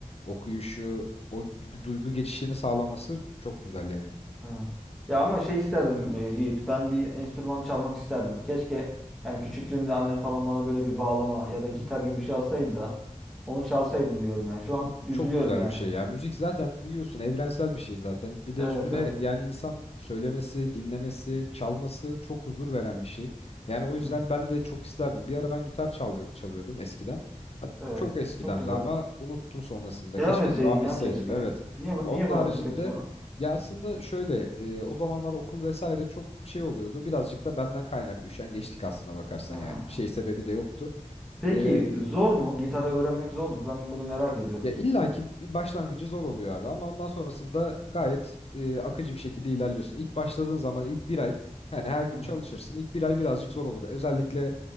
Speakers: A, on the left (about 50°); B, in the centre.
A: okuyuşu, o duygu geçişini sağlaması çok güzel yani.
B: Evet. Ya ama şey isterdim e, Yiğit. Ben bir enstrüman çalmak isterdim. Keşke yani küçüklüğümde annem falan bana böyle bir bağlama ya da gitar gibi bir şey alsaydı da onu çalsaydım diyorum yani. Şu an
A: Abi
B: üzülüyorum
A: çok güzel
B: yani.
A: bir şey ya. Müzik zaten biliyorsun evrensel bir şey zaten. Bir de
B: Evet
A: üstüne
B: evet.
A: yani insan söylemesi, dinlemesi, çalması çok huzur veren bir şey. Yani o yüzden
B: Hı hı.
A: ben de çok isterdim. Bir ara ben gitar çalıyor, çalıyordum eskiden. Ha,
B: Evet.
A: Çok eskiden
B: Çok güzel.
A: de ama unuttum sonrasında.
B: Devam
A: Keşke
B: etseydin
A: devam
B: ya
A: etseydim.
B: keşke.
A: Evet.
B: Niye bu-
A: Onun
B: niye
A: haricinde
B: bıraktın peki sonra?
A: ya aslında şöyle e, o zamanlar okul vesaire çok şey oluyordu. Birazcık da benden kaynaklı üşengeçlik aslına bakarsan
B: Ha.
A: yani. Şey sebebi de yoktu.
B: Peki
A: E,
B: zor mu? Gitarı öğrenmek zor mu? Ben bunu merak ediyorum.
A: ya illaki bir başlangıcı zor oluyor abi ama ondan sonrasında gayet e, akıcı bir şekilde ilerliyorsun. İlk başladığın zaman ilk bir ay yani her gün
B: Hı hı.
A: çalışırsın. İlk bir ay birazcık zor olur. Özellikle